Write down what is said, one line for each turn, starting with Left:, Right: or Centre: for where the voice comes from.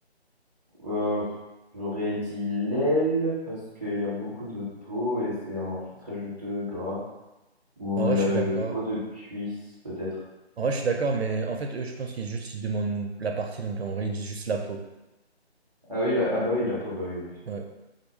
Centre: Euh, j'aurais dit l'aile parce qu'il y a beaucoup de peau et c'est un morceau très juteux, gras. Ou
Right: En
Centre: le,
Right: vrai, je suis d'accord.
Centre: le haut de cuisse, peut-être.
Right: En vrai, je suis d'accord, mais en fait, eux, je pense qu'ils juste ils demandent la partie, donc en vrai, ils disent juste la peau.
Centre: Ah oui, la... ah bah oui, la peau, bah oui. Oui,
Right: Ouais.